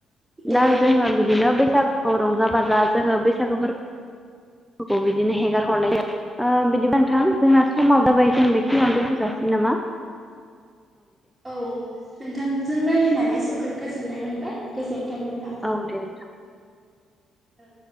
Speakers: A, on the right; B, in the centre.
A: दे
B: दा जोङो बिदिनो बैसागुखौ रंजा बाजा अब्ला जोङो बैसागुफोरखौ बिदिनो हेगार हरनाय ओ बिदिबा नोंथां जोंहा समाव
A: औ
B: दाबाय जों बेखिनियावनो दोनथजासिगोन नामा?
A: औ नोंथांजों रायज्लायनानै जोबोर गोजोननाय मोनबाय गोजोन्थों नोंथां।
B: औ दे।
A: औ।